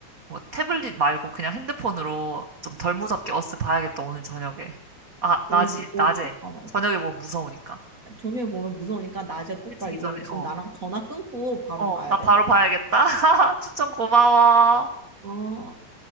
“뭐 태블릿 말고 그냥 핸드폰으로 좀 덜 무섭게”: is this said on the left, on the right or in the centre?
Right